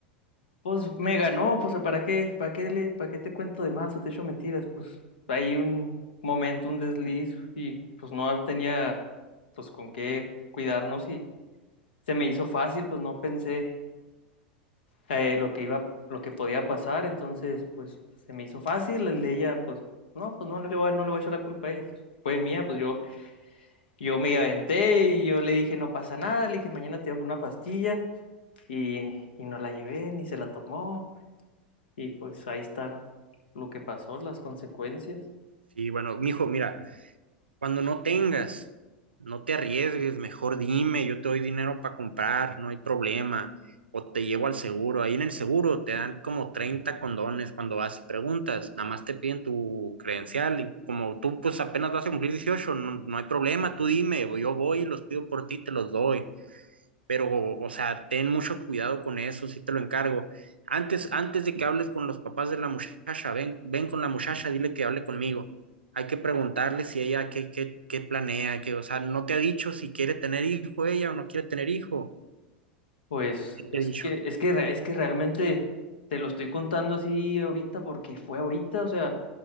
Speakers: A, on the left (about 70°); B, on the right (about 85°).
A: pues me ganó, pues ¿para qué? ¿Para qué le, para qué te cuento de más o te echo mentiras? Pues hay un momento, un desliz y pues no tenía pues con qué cuidarnos y se me hizo fácil, pues no pensé eh, lo que iba, lo que podía pasar, entonces pues se me hizo fácil, ella pues no, pues no, no le voy a, no le voy a echar la culpa a ella, pues fue mía, pues yo Yo me aventé y yo le dije, no pasa nada, le dije, mañana te llevo una pastilla y, y no la llevé ni se la tomó y pues ahí está lo que pasó, las consecuencias.
B: Sí, bueno, mijo, mira, Cuando no tengas, no te arriesgues, mejor dime, yo te doy dinero para comprar, no hay problema. O te llevo al seguro. Ahí en el seguro te dan como 30 condones cuando vas y preguntas. Nada más te piden tu credencial. Y como tú pues apenas vas a cumplir 18, no, no hay problema, tú dime, yo voy y los pido por ti, te los doy pero, o sea, ten mucho cuidado con eso, sí te lo encargo. Antes, antes de que hables con los papás de la muchacha, ven, ven con la muchacha, dile que hable conmigo. Hay que preguntarle si ella qué, qué, qué planea, que, o sea, no te ha dicho si quiere tener hijo ella o no quiere tener hijo.
A: Pues
B: ¿Qué
A: es
B: te ha dicho?
A: que, es que, re- es que realmente te lo estoy contando así ahorita porque fue ahorita, o sea,